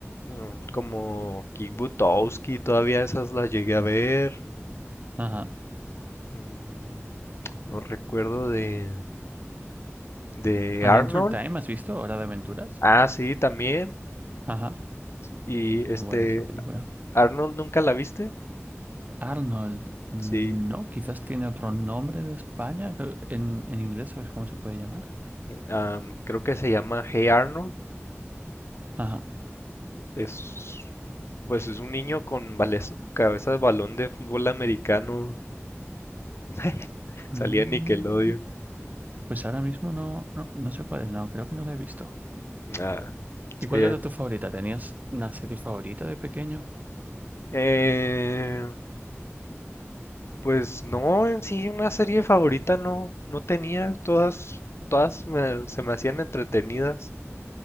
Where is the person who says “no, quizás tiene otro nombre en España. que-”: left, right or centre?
Right